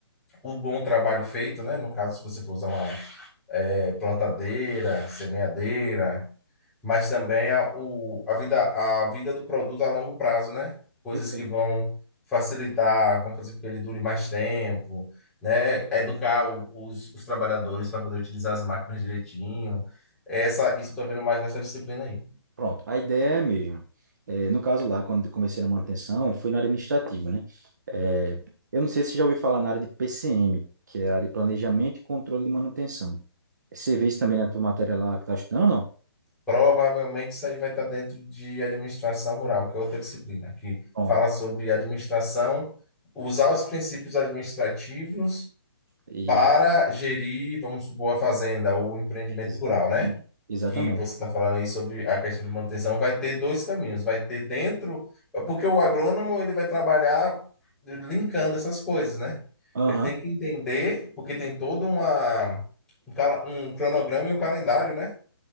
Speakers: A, in the centre; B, on the right.
A: o bom trabalho feito, né? No caso, se você for usar uma eh, plantadeira, semeadeira, mas também a, o, a vida, a vida do produto a longo prazo, né? Coisas
B: Perfeito.
A: que vão facilitar, vão fazer com que ele dure mais tempo, né? Educar o- os, os trabalhadores para poder utilizar as máquinas direitinho. Essa, isso eu estou vendo mais nessa disciplina aí.
B: Pronto, a ideia é a mesma. É, no caso lá, quando eu comecei na manutenção, fui na área administrativa, né? É, eu não sei se você já ouviu falar na área de PCM, que é a área de Planejamento e Controle de Manutenção. Você vê isso também na tua matéria lá que tá estudando ou não?
A: Provavelmente isso aí vai estar dentro de administração rural, que é outra disciplina, que
B: Pronto.
A: fala sobre administração, usar os princípios administrativos
B: E
A: para gerir, vamos supor, a fazenda ou o empreendimento
B: Exa-
A: rural, né?
B: Exatamente.
A: que você está falando aí sobre a questão de manutenção, vai ter dois caminhos. Vai ter dentro, porque o agrônomo ele vai trabalhar linkando essas coisas, né?
B: Aham.
A: Ele tem que entender, porque tem todo uma, um, cala- um cronograma e um calendário, né?